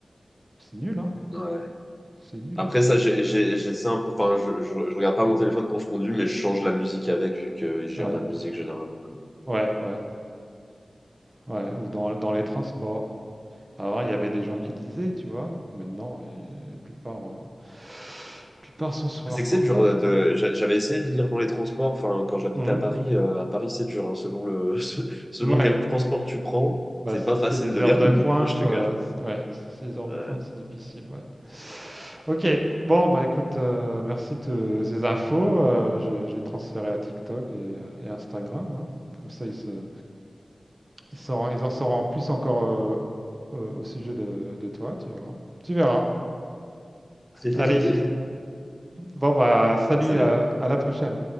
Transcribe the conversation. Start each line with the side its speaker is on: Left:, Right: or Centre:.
Right: C'est nul, hein?
Centre: ouais.
Right: C'est nul,
Centre: Après
Right: hein?
Centre: ça, j'ai j'ai- j'ai ça un peu. Enfin, je, je, je regarde pas mon téléphone quand je conduis, mais je change la musique avec, vu que je gère
Right: Ouais,
Centre: ma musique généralement.
Right: ouais, ouais, ouais. Ou dans, dans les transports. Avant, il y avait des gens qui lisaient, tu vois. Maintenant, et la plupart, euh, la plupart sont sur leur
Centre: C'est que
Right: portable,
Centre: c'est dur euh, de.
Right: quoi.
Centre: j'a- J'avais essayé de lire dans les transports. Enfin, quand j'habitais
Right: Mhm.
Centre: à Paris, euh, à Paris, c'est dur. hein, selon le, <laughs> selon
Right: Ouais.
Centre: quel transport tu prends,
Right: Bah,
Centre: c'est
Right: si
Centre: pas facile
Right: c'est les
Centre: de
Right: heures
Centre: lire.
Right: de
Centre: <laughs>
Right: pointe,
Centre: Je te
Right: euh,
Centre: cache.
Right: c- ouais, si c'est les heures
Centre: pas.
Right: de pointe, c'est difficile, ouais. Ok. Bon, bah, écoute, euh, merci de ces infos. Euh, j'ai, j'ai transféré à TikTok et, euh, et Instagram. hein. Comme ça, ils se, ils sauront- ils en sauront plus encore euh, euh, au sujet de, de toi, tu verras. Tu verras.
Centre: Ouais.
Right: Allez. Bon, bah, salut,
Centre: <laughs> Ça l'est
Right: à à la prochaine.